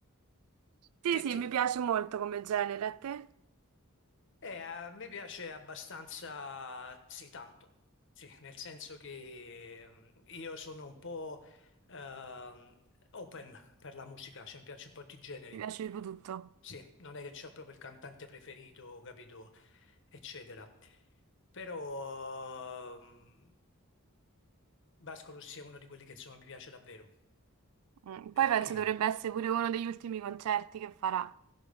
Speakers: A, on the right (about 85°); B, on the left (about 60°).
A: Sì,
B: Te-
A: sì,
B: ti-
A: mi piace molto come genere, a te?
B: eh, a me piace abbastanza, sì, tanto, sì, nel senso che mm, io sono un po' ehm, open per la musica, cioè mi piacciono un po' tutti i generi.
A: Mi piace tipo tutto.
B: Sì, non è che c'ho proprio il cantante preferito, capito, eccetera. Però ehm, Vasco Rossi è uno di quelli che insomma mi piace davvero,
A: Mm,
B: perché...
A: Poi penso dovrebbe essere pure uno degli ultimi concerti che farà.